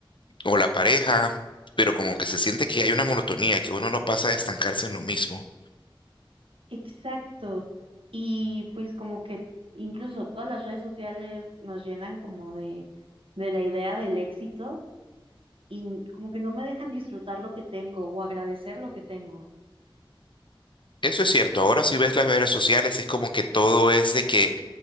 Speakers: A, on the left; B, on the right.
A: o la pareja, pero como que se siente que hay una monotonía, que uno no pasa a estancarse en lo mismo.
B: Exacto. Y pues como que incluso todas las redes sociales nos llenan como de, de la idea del éxito y como que no me dejan disfrutar lo que tengo o agradecer lo que tengo.
A: Eso es cierto, ahora si ves las redes sociales es como que todo es de que